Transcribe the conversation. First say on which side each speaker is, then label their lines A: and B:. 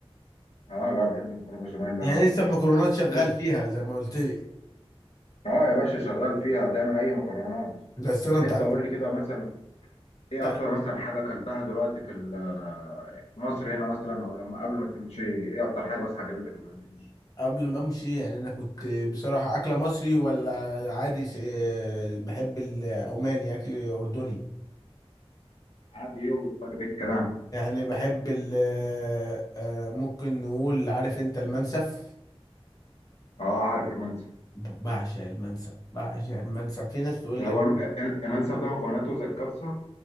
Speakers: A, on the left (about 80°); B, on the left (about 35°).
A: اه لا بحب المكرونه بشاميل
B: يعني
A: أوي.
B: لسه المكرونات شغال
A: بس
B: فيها زي ما قلت لي
A: اه يا باشا شغال فيها هتعمل اي مكرونات
B: بس انا انت
A: انت
B: عارف
A: قول
B: انت
A: لي كده مثلا ايه
B: عارف
A: اكتر مثلا حاجه اكلتها دلوقتي في ال- في مصر هنا مثلا او لما قبل ما تمشي ايه اكتر حاجه مثلا عجبتك قبل ما تمشي
B: قبل ما امشي يعني انا كنت بصراحه اكله مصري ولا عادي س- آه، بحب العماني اكل اردني
A: عادي ايه وطيب ايه الكلام
B: يعني بحب ال آه، آه، ممكن نقول عارف انت المنسف
A: اه عارف المنسف
B: ب- بعشق المنسف بعشق المنسف في ناس تقول
A: اللي
B: لك
A: هو الم- ال- المنسف ده مكوناته زي الكبسه